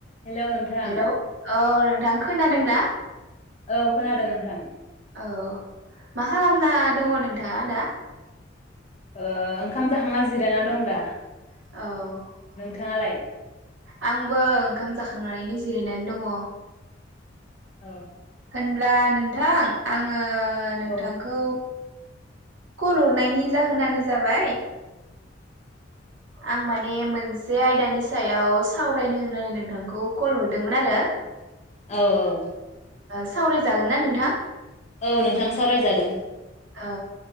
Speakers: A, on the left; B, on the right.
A: Hello नोंथां
B: hello औ नोंथां खोनादोंना?
A: औ खोनादों नोंथां
B: औ मा खालामना दङ नोंथाङा दा?
A: ओ ओंखाम जाखांना जिरायना दं दा।
B: औ
A: थाङालाय?
B: आंबो ओंखाम जाखांनानैनो जिरायनानै दङ।
A: औ
B: होनब्ला नोंथां आङो ओ नोंथांखौ
A: औ
B: कल हरनायनि जाहोनानो जाबाय आं माने मोनसे आयदानि सायाव सावरायनो होननानै नोंथांखौ कल हरदोंमोन आरो।
A: औ औ
B: सावरायजागोन ना नोंथां?
A: औ नोंथां सावरायजागोन।
B: औ